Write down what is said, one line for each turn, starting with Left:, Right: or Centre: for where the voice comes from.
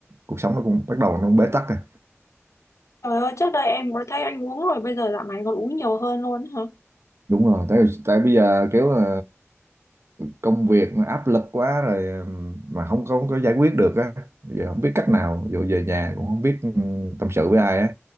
Right: cuộc sống nó cũng bắt đầu nó bế tắc rồi
Left: Trời ơi, trước đây em mới thấy anh uống rồi, bây giờ dạo này còn uống nhiều hơn luôn hả?
Right: đúng rồi tại tại bây giờ kiểu ờ, công việc áp lực quá rồi ừm, mà không không có giải quyết được á giờ không biết cách nào dù về nhà cũng không biết ừm, tâm sự với ai á